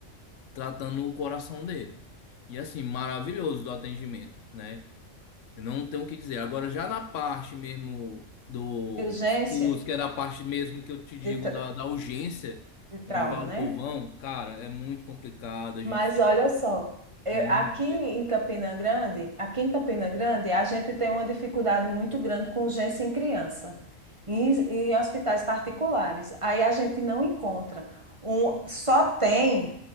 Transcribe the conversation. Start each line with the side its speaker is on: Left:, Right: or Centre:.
Left: tratando o coração dele. E assim, maravilhoso do atendimento, né? Eu não tenho o que dizer. Agora, já na parte mesmo do
Right: Urgência
Left: SUS, que era a parte mesmo que eu te digo
Right: de, tra-
Left: da, da urgência,
Right: de trauma,
Left: onde vai o
Right: né?
Left: povão, cara, é muito complicado, a
Right: Mas
Left: gente fica
Right: olha só, eu-
Left: muito.
Right: aqui em Campina Grande, aqui em Campina Grande, a gente tem uma dificuldade muito grande com urgência em criança, em, em hospitais particulares. Aí a gente não encontra. Um, só tem